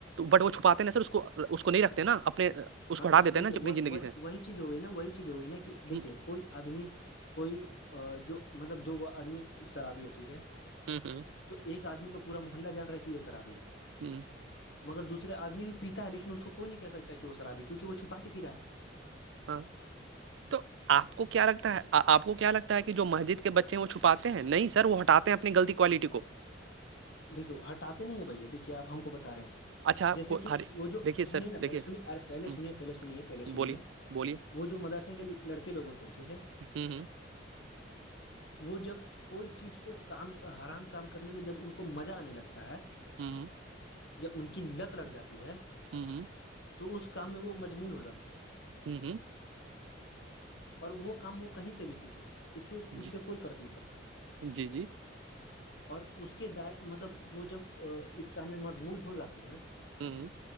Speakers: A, on the right (about 75°); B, on the left (about 65°).
A: بٹ وہ چھپاتے ہیں نا سر اس کو اس کو نہیں رکھتے نا اپنے اس
B: ہاں
A: کو ہٹا
B: تو
A: دیتے
B: دیکھیے
A: ہیں نا اپنی زندگی سے
B: وہی چیز ہو گئی نا وہی چیز ہوگئی نا کہ دیکھیے
A: ہوں
B: کوئی آدمی کوئی جو مطلب دو گ آدمی شرابی ہے ٹھیک ہے
A: ہوں ہوں
B: تو ایک آدمی کو پور محلہ جان رہا ہے کہ یہ سر اابی ہے
A: ہوں
B: مگر دوسرے آدمی بھی پیتا ہے لیکن اس کوئی نہیں کہہ سکتا ہے کہ وہ شرابی کیکہ وہ چھپا کے پی رہا ہے
A: ہاں تو آ کو کیا لگتا ہے آپ کو کیا لگتا ہے کہ جو مسجد کے بچے وہ چھپاتے ہیں نہیں سر وہ ہٹاتے اپنیغلطی کوالٹی کو
B: دیکھیو ہٹاتے نہیں ہیں بھیا دیکھیے آپ ہم کو بتا رہے ہیں
A: اچھا
B: جیسے
A: کو-
B: کہ
A: ہر
B: وہ جو
A: دیکھیے سر
B: سنیے نا
A: دیکھیے
B: پہلےنیے ارے پہلےنیے
A: ہوں،
B: پہلے سنیے پہلے سنیے
A: بولیے بولیے
B: وہ جو مدرسے کے لڑکے لوگ ہوتے ہیں ٹھیک ہے
A: ہوں ہ
B: وہ جب کوئی چیز کو کام آرام کام کرنے میں جب ان کو مزہ آنے لگتا ہے
A: ہوں ہ
B: یا ان کی لت لگ جاتی ہے
A: ہوں ہوں
B: تو اس کام میں وہ مجمول ہو جاتے ہیں
A: ہوں ہوں
B: اور وہ کام وہ کہیں سے بھی سیکھے اس سے اس
A: جی
B: سے کوئی فرق نہیں پڑتا
A: جی جی
B: اور اس کے کے دائر مطلب وہ جب اس کام میں مدمول ہو جاتے ہیں
A: ہوں ہوں